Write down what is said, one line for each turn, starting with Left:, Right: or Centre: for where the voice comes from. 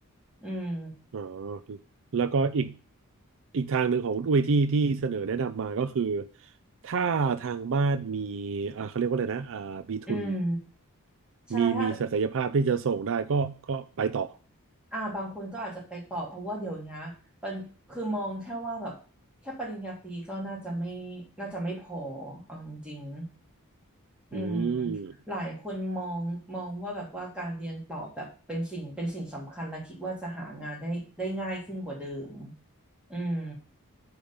Centre: อืม
Right: อ๋อแล้วก็อีกอีกทางหนึ่งของคุณอุ้ยที่ที่เสนอแนะนำมาก็คือถ้าทางบ้านมีอ่าเขาเรียกว่าอะไรนะอ่ามีทุน
Centre: อืมใช่ถ้า
Right: มีมีศักยภาพที่จะส่งได้ก็ก็ไปต่อ
Centre: อ่าบางคนก็อาจจะไปต่อเพราะว่าเดี๋ยวนี้มันคือมองแค่ว่าแบบแค่ปริญญาตรีก็น่าจะไม่น่าจะไม่พอเอาจริง อืม
Right: อืม
Centre: หลายคนมองมองว่าแบบว่าการเรียนต่อแบบเป็นสิ่งเป็นสิ่งสำคัญและคิดว่าจะหางานได้ได้ง่ายขึ้นกว่าเดิมอืม